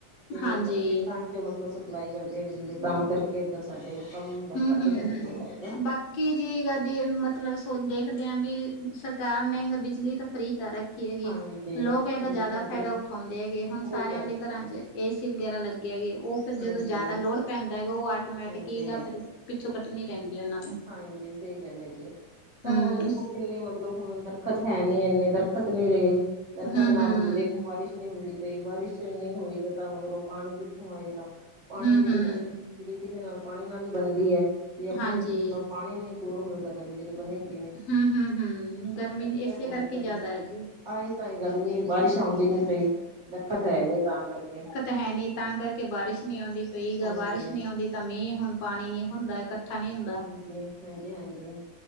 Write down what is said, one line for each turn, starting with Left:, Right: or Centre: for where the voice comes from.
Right: ਤੇੇ
Left: ਹਾਂਜੀ।
Right: ਓਹ ਖੇਤਾਂ ਮਤਲਬ ਸਪਲਾਈ ਕਰਦੇ ਆ ਬਿਜਲੀ ਤਾਂ ਕਰਕੇ ਇੱਧਰ ਸਾਡੇ ਕੰਮ
Left: ਹੂੰ,
Right: ਘੱਟ
Left: ਹੂੰ,
Right: ਛੱਡਦੇ
Left: ਹੂੰ।
Right: ਐ ਲਾਈਟ।
Left: ਬਾਕੀ ਜੀ ਕਦੀ ਮਤਲਬ ਸੋ ਦੇਖਦੇ ਆ ਵੀ ਸਰਕਾਰ ਨੇਂਗਾ ਬਿਜਲੀ ਤਾਂ ਫ੍ਰੀ ਕਰ ਰ ਖੀ ਹੈਗੀ,
Right: ਹਾਂਜੀ
Left: ਲੋਕ ਐਦਾ
Right: ਹਾਂਜੀ
Left: ਜੈਦਾ
Right: ਹਾਂਜੀ
Left: ਫੈਦਾ ਉਠਾਉਂਦੇ ਹੈਗੇ। ਹੁਣ
Right: ਬਹੁਤ
Left: ਸਾਰਿਆਂ
Right: ਜ਼ਿਆਦਾ
Left: ਦੇ ਘਰਾਂ
Right: ਜੀ
Left: ਚ ਏ ਸੀ ਵਗੈਰਾ ਲੱਗੇ ਹੈਗੇ ਉਹ ਫਿਰ
Right: ਹਾਂਜੀ
Left: ਜਦੋਂ ਜ਼ਿਆਦਾ ਲੋੜ ਪੈਂਦਾ ਹੈਗਾ ਉਹ ਆਟੋਮੈਟਿਕ
Right: ਹਾਂਜੀ
Left: ਹੀ ਨਾ ਫਿਰ ਪਿੱਛੋਂ ਕੱਟਣੀ ਪੈਂਦੀ ਆ ਉਹਨਾਂ ਨੂੰ।
Right: ਹਾਂਜੀ ਸਹੀ ਗੱਲ ਐ ਜੀ ਤਾਂ
Left: ਹੂੰ,
Right: ਹੁਣ ਵੇਖੋ ਕਿੰਨੇ ਮਤਲਬ ਹੁਣ ਅੰਦਰ ਦਰਖਤ ਹੈ ਨੀ ਇੰਨੇ ਦਰਖਤ ਨਹੀ ਰਹੇ। ਦਰਖਤ
Left: ਹੂੰ,
Right: ਨਾਲ
Left: ਹੂੰ।
Right: ਦੇਖੋ ਬਾਰਿਸ਼ ਨੀ ਹੁੰਦੀ ਪਈ ਬਾਰਿਸ਼ ਨਹੀਂ ਹੋਏਗੀ ਤਾਂ ਮਤਲਬ ਪਾਣੀ ਕਿੱਥੋਂ ਆਏਗਾ ਪਾਣੀ
Left: ਹੂੰ,
Right: ਦੇ
Left: ਹੂੰ
Right: ਨਾਲ ਬਿਜਲੀ ਕਿੰਦੇ ਨਾਲ ਪਾਣੀ ਨਾਲ ਹੀ ਬਣਦੀ ਐ ਜੇ ਆਪਣੇ
Left: ਹਾਂਜੀ
Right: ਮਤਲਬ ਪਾਣੀ ਨਹੀਂ ਪੂਰਾ ਹੋਏਗਾ ਤਾਂ ਬਿਜਲੀ ਬਣੇਗੀ
Left: ਹੂੰ-ਹੂੰ-ਹੂੰ ਗਰਮੀ
Right: ਤਾਂ
Left: ਇਸੇ
Right: ਹੈ
Left: ਕਰਕੇ
Right: ਗਰਮੀ
Left: ਜ਼ਿਆਦਾ ਹੈ ਜੀ।
Right: ਆਏ ਤਾਂਏ ਗਰਮੀ ਬਾਰਿਸ਼ ਆਉਂਦੀ ਨੀ ਪਈ ਦਰਖ਼ਤ ਹੈ ਨੀ ਤਾਂ ਕਰਕੇ।
Left: ਤਾਂ ਹੈ ਨੀ ਤਾਂ ਕਰਕੇ ਬਾਰਿਸ਼ ਨੀ ਆਉਂਦੀ ਪਈ ਗੀ
Right: ਹਾਂਜੀ
Left: ਬਾਰਿਸ਼ ਨਹੀਂ ਆਉਂਦੀ ਤਾਂ ਮੀਂਹ ਹੁਣ ਪਾਣੀ ਨੀ ਹੁੰਦਾ ਇਕੱ ਠਾ ਨੀ ਹੁੰਦਾ।
Right: ਹਾਂਜੀ ਹਾਂਜੀ ਹਾਂਜੀ